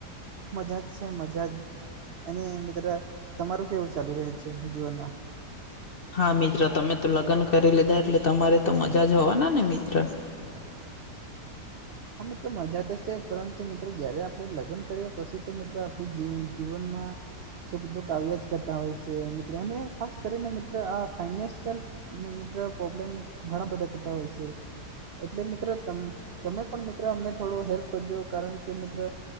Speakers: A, on the right; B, on the left.
A: મજા જ છે! મજા જ! અને મિત્ર તમારું કેવું ચાલુ રહે છે જીવનમાં?
B: હા મિત્ર તમે તો લગ્ન કરી લીધા એટલે તમારે તો મજા જ હોવાના ને મિત્ર.
A: હા મિત્રો મજા તો છે પરંતુ મિત્રો જયારે આપણે લગ્ન કરીએ પછી તો મિત્રો આપણી જીવનમાં- સુખ દુઃખ આવ્યા જ કરતા હોય છે મિત્રો અને ખાસ કરીને મિત્રો આ ફાયનાન્સયલ- મિત્રો પ્રોબ્લેમ ઘણા બધા થતા હોય છે એટલે મિત્રો તમે- પણ મિત્ર અમને થોડો હેલ્પ કરજો કારણ કે મિત્ર-